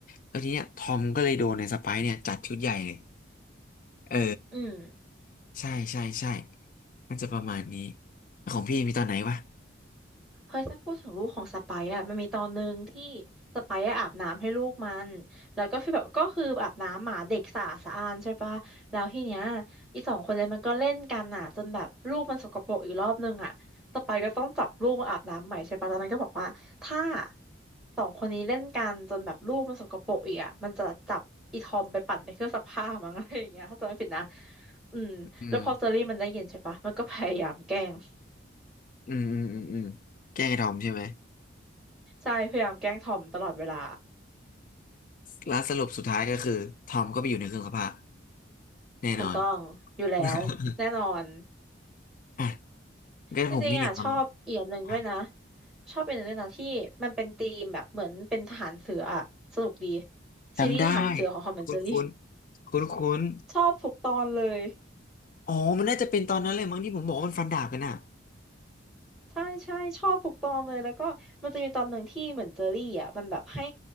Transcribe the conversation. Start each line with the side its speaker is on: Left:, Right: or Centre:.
Left: แล้วทีเนี้ยทอมก็เลยโดนในสไปซ์เนี่ยจัดชุดใหญ่เลยเออ
Centre: อืม
Left: ใช่ใช่ใช่มันจะประมาณนี้ของพี่มีตอนไหนวะ
Centre: เฮ้ยถ้าพูดถึงลูกของสไปซ์อะมันมีตอนหนึ่งที่สไปซ์อะอาบน้ำให้ลูกมันแล้วก็ฟีลแบบก็คืออาบน้ำหมาเด็กสะอาดสะอานใช่ปะแล้วทีเนี้ยอีสองคนเลยมันก็เล่นกันอะจนแบบลูกมันสกปรกอีกรอบนึงอะสไปซ์ก็ต้องจับลูกมาอาบน้ำใหม่ใช่ปะแล้วมันก็บอกว่าถ้าสองคนนี้เล่นกันจนแบบลูกมันสกปรกอีกอะมันจะจับอีทอมไปปั่นในเครื่องซักผ้ามั้งอะไรอย่างเงี้ยถ้าจำไม่ผิดนะอืมแล้วพอเจอรี่มันได้ยินใช่ปะมันก็พยายามแกล้ง
Left: อืมอืมอืมอืมอืมแกล้งไอ้ทอมใช่ไหม
Centre: ใช่พยายามแกล้งทอมตลอดเวลา
Left: แล้วสรุปสุดท้ายก็คือทอมก็ไปอยู่ในเครื่องซักผ้าแน่นอน
Centre: ถูกต้องอยู่แล้วแน่นอน
Left: <laughs> อ่ะงั้นผมมีหนึ่งคำครับ
Centre: จริงๆอ่ะชอบอีกอย่างหนึ่งด้วยนะชอบเป็นหนึ่งด้วยนะที่มันเป็นธีมแบบเหมือนเป็นทหารเสืออ่ะสนุกดี
Left: จำได้
Centre: ซีรีส์ทหารเสือของทอมแอนด์เจอรี่
Left: คุ้นคุ้นคุ้นคุ้น
Centre: ชอบทุกตอนเลย
Left: ๆอ๋อมันน่าจะเป็นตอนนั้นเลยมั้งที่ผมบอกว่ามันฟันดาบกันอ่ะ
Centre: ใช่ใช่ชอบทุกตอนเลยแล้วก็มันจะมีตอนหนึ่งที่เหมือนเจอรี่อ่ะมันแบบให้